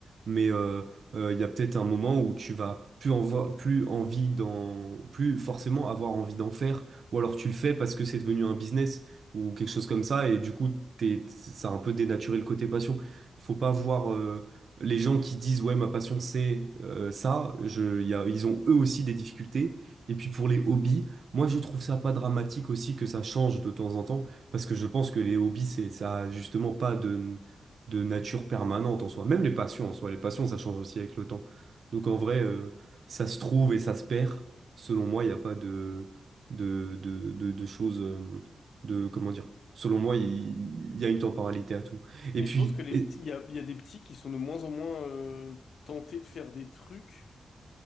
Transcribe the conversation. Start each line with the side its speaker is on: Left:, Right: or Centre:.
Right: mais euh, euh, il y a peut-être un moment où tu vas plus, en vo- plus envie d'en... plus forcément avoir envie d'en faire. Ou alors tu le fais parce que c'est devenu un business ou quelque chose comme ça. Et du coup, t'es, ça a un peu dénaturé le côté passion. Faut pas voir euh, les gens qui disent, ouais, ma passion, c'est euh, ça. Je, y a- ils ont eux aussi des difficultés. Et puis pour les hobbies, moi, je trouve ça pas dramatique aussi que ça change de temps en temps, parce que je pense que les hobbies, c'est, ça a justement pas de, de nature permanente en soi. Même les passions en soi, les passions, ça change aussi avec le temps. Donc en vrai, euh, ça se trouve et ça se perd. Selon moi, il n'y a pas de, de, de, de, de choses. euh, de, comment dire, selon moi, il, il y a une temporalité à tout.
Left: Mais
Right: Et puis,
Left: je pense que les
Right: et-
Left: petits, il y a, il y a des petits qui sont de moins en moins euh, tentés de faire des trucs